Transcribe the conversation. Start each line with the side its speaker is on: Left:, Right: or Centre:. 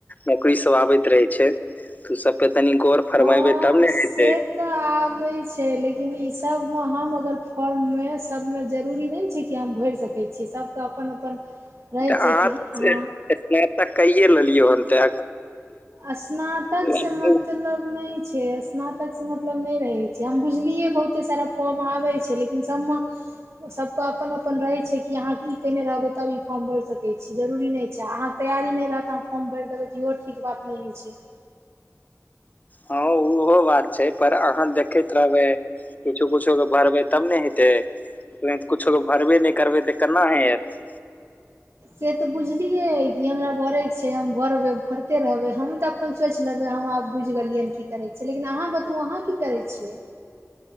Left: नौकरी सब आबैत रहै छै तऽ <inaudible> ओ सबपे तनी गौर फरमेबै
Right: ह
Left: तब ने
Right: से
Left: हेतै
Right: तऽ आबे छै लेकिन ई सब मे हम अगर फॉर्म मे सब मे जरूरी नहि छै कि हम भैर सकै छी सभके अपन अपन रहै
Left: तऽ
Right: छै
Left: आह
Right: कि
Left: स्नातक
Right: अहाँ
Left: तऽ कये लेलियौ हन ते
Right: स्नातक से
Left: सब
Right: मतलब नहि छै स्नातक से मतलब नहि रहे छै जे हम बुझलियै बहुते सारा फॉर्म आबै छै लेकिन सबमे सब अपन अपन रहै छै कि अहाँके ई केयने रहबै तब ई फॉर्म भरि सकै छी जरूरी नहि छै अहाँके तैयार नहि रहत अहाँ फॉर्म भरि देबै इहो ठीक बात नहि होइ छै
Left: हँ उहो बात छै पर अहाँ देखैत रहबै किछो किछो क के भरबै तब ने हेतै त कछो क के भरबे नहि करबै तऽ केना हेत
Right: से तऽ बुझलियै कि हमरा भरैके छै हम भरबै भरिते रहबै हम तऽ अपन सोचि लेबै हम आब बुझि गेलियै की करे छियै लेकिन आहाँ बतबु अहाँ की करे छियै